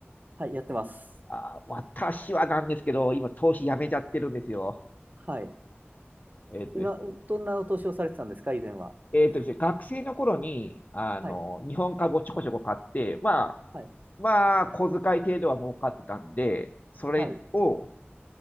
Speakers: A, on the right; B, on the left.
A: はい、やってます。
B: ああ、私はなんですけど、今、投資やめちゃってるんですよ。
A: はい。
B: えっとですね。
A: 今、どんな投資をされてたんですか、以前は。
B: えっとですね、学生の頃に、あの、
A: はい、
B: 日本株をちょこちょこ買って、まあ、
A: はい、
B: まあ、小遣い程度は儲かってたんで、それを
A: はい、